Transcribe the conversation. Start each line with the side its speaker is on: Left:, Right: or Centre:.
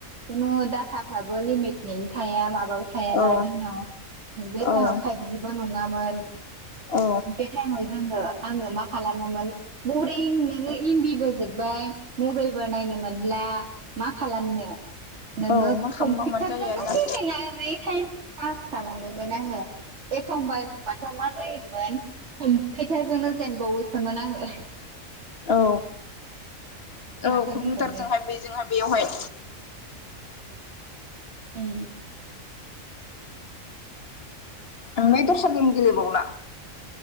Right: खुनु डाटाफ्राबो लिमिटगैयि थाया मा बाबो थायाना
Left: औ
Right: जोंनाव बेटइमाव
Left: औ
Right: फाइबजिबो नङामोन
Left: औ
Right: बे टाइमाव जोङो आङो मा खालामोमोन बरिं नोङो एमबिबो जोब्बाय मबाइलबो नायनोमो नला मा खालामनो नोङो
Left: औ मा खालामबा
Right: कम्पिउटारजोंनो
Left: मानो जायो आरोना
Right: गेलेनानै टाइम पास खालामोमोन आङो एखमबा एखमबाथ' मा जायोमोन कम्पुटारजोंनो जेनबावो सोमोन आंङो
Left: औ औ
Right: माथो
Left: कम्पिउटारजोंहाय
Right: बुंबावनो
Left: बेजोंहाय बेयावहाय
Right: उ
Left: ओमफ्राय दस्रा गेम गेले बावला